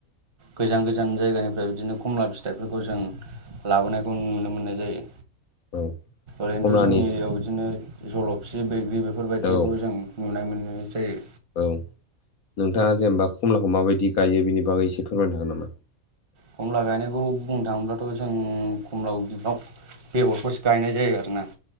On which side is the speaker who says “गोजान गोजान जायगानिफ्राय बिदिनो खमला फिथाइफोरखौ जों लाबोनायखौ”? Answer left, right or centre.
Right